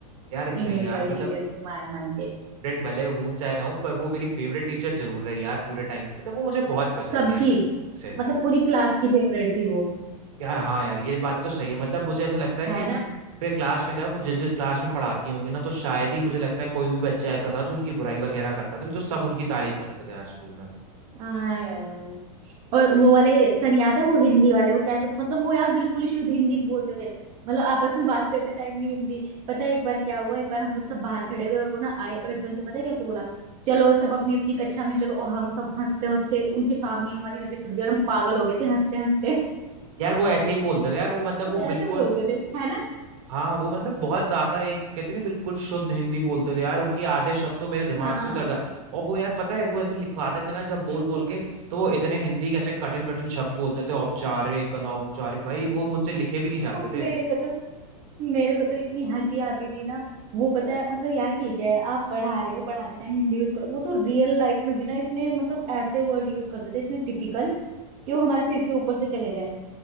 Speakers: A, on the right (about 55°); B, on the right (about 30°).
A: यार नहीं
B: इंग्लिश
A: यार
B: वाली
A: मतलब
B: टीचर के माया मैम के
A: फ्रेंड भले हूं चाहे ना हूं पर वो मेरी फेवरेट टीचर जरूर रही यार पूरे टाइम मतलब वो मुझे बहुत पसंद
B: सबकी
A: थी यार से
B: मतलब पूरी क्लास की फेवरेट थी वो
A: यार हाँ यार ये बात तो सही है मतलब मुझे ऐसा लगता है कि
B: है ना
A: पूरे क्लास में क्या वो जिस जिस क्लास में पढ़ाती होंगी ना तो शायद ही मुझे लगता है कोई भी बच्चा ऐसा था जो उनकी बुराई वगैरह करता था नहीं तो सब उनकी तारीफ करते थे यार स्कूल में
B: हाँ यार और वो वाले सर याद है वो हिंदी वाले वो कैसे मतलब वो यार बिल्कुल ही शुद्ध हिंदी बोलते थे मतलब आपस में बात करते टाइम भी हिंदी पता है एक बार क्या हुआ एक बार हम लोग सब बाहर खड़े हुए और वो ना आए और एकदम से पता है कैसे बोला चलो सब अपनी अपनी कक्षा में चलो और हम सब हंसते हंसते उनके सामने ही हमारी हंसी छूट गई और हम पागल हो गए थे हंसते हंसते
A: यार वो ऐसे ही बोलते थे यार वो मतलब
B: तो कैसे
A: वो बिल्कुल
B: बोलते थे है ना
A: हाँ वो मतलब बहुत ज्यादा एक कहते नहीं बिल्कुल शुद्ध हिंदी बोलते थे यार उनकी आधे शब्द तो मेरे दिमाग
B: हाँ
A: से उतर जाए और वो यार पता है वो ऐसे लिखवाते थे ना जब बोल
B: <laughs>
A: बोल के तो वो इतने हिंदी के ऐसे कठिन कठिन शब्द बोलते थे औपचारिक अनौपचारिक भाई वो मुझसे लिखे भी नहीं जाते
B: और
A: थे
B: मेरे को तो मेरे को तो इतनी हंसी आती थी ना वो पता है मतलब यार ठीक है आप पढ़ा रहे हो पढ़ाते टाइम हिंदी यूज करो वो तो रियल लाइफ में भी ना इतने मतलब ऐसे वर्ड यूज करते थे इतने टिपिकल कि वो हमारे सिर के ऊपर से चले जाए